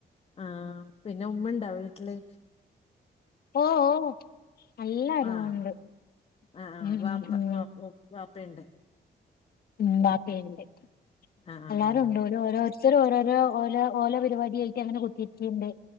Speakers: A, on the left; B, on the left.
A: ആ പിന്നെ ഉമ്മണ്ടാ വീട്ടില്
B: ഓഹ് ഓഹ് എല്ലാരും
A: ആഹ്
B: ഉണ്ട്
A: ആഹ് ആഹ്
B: ഉം
A: വാപ്പ
B: ഉം ഉം
A: വാപ്പ വാപ്പയുണ്ട്
B: ഉം ബാപ്പിയിണ്ട്
A: ആഹ് ആഹ്
B: എല്ലാരും
A: ആഹ്
B: ഉണ്ടേ ഓരോര് ത്തർ ഓരോരോ ഓല ഓല പരിപാടിയിലായിട്ട് അങ്ങനെ കുത്തിയിരിക്കയുണ്ട്.